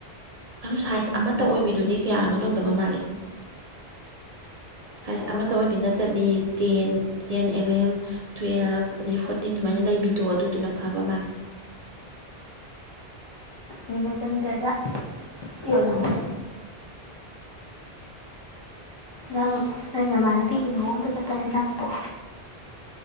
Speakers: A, on the right (about 50°); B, on the left (about 40°).
A: ꯑꯗꯨ ꯁꯥꯏꯖ ꯑꯃꯠꯇ ꯑꯣꯏꯕꯤꯗꯨꯗꯤ ꯀꯌꯥꯅꯣ ꯇꯧꯗꯕ ꯃꯥꯜꯂꯦ ꯁꯥꯏꯖ
B: ꯑꯣ
A: ꯑꯃꯠꯇ ꯑꯣꯏꯕꯤ ꯅꯠꯇꯕꯤ ten ten M M twelve ꯑꯗꯩ ꯐꯣꯔꯇꯤꯟ ꯁꯨꯃꯥꯏꯅ ꯂꯩꯕꯤꯗꯣ ꯑꯗꯨꯗꯨꯅ ꯐꯕꯥ ꯃꯥꯜꯂ‌ꯦ
B: ꯅꯤꯂꯥꯆꯟꯗ꯭ꯔ ꯗꯤ ꯌꯣꯜꯍꯧꯋ‌ꯦ
A: ꯎꯝ
B: ꯅꯪ ꯅꯣꯏ ꯅꯃꯥꯟꯅꯕꯤꯒꯤ ꯂꯨꯍꯣꯡꯕꯥ ꯆꯠꯄꯥꯗꯥ ꯅꯞꯄꯣ꯫